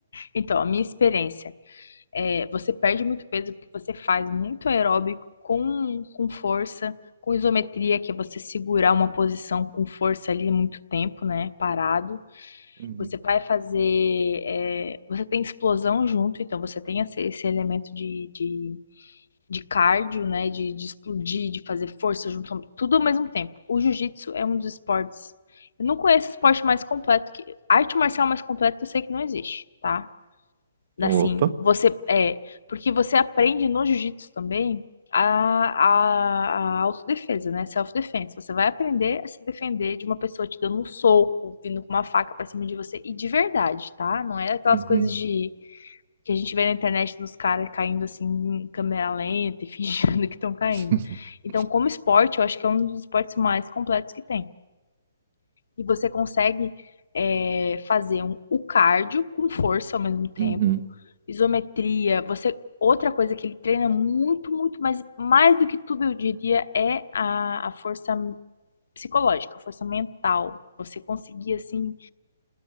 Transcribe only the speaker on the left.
Então, a minha experiência. É, você perde muito peso porque você faz muito aeróbico com, com força, com isometria, que é você segurar uma posição com força ali muito tempo, né? Parado.
Você vai fazer. é, você tem explosão junto, então você tem esse, esse elemento de, de, de cardio, né? De, de explodir, de fazer força junto, tudo ao mesmo tempo. O jiu-jitsu é um dos esportes. Eu não conheço esporte mais completo que. Arte marcial mais completa eu sei que não existe, tá?
Assim, você é, porque você aprende no jiu-jitsu também a, a, a autodefesa, né? Self-defense. Você vai aprender a se defender de uma pessoa te dando um soco, vindo com uma faca pra cima de você, e de verdade, tá? Não é aquelas
coisas de que a gente vê na internet dos caras caindo assim em câmera lenta e <laughs> fingindo que estão caindo.
Então, como esporte, eu acho que é um dos esportes mais completos que tem. E você consegue é, fazer um, o cardio com força ao mesmo tempo,
isometria, você. Outra coisa que ele treina muito, muito, mas mais do que tudo, eu diria, é a, a força psicológica, a força mental. Você conseguir, assim,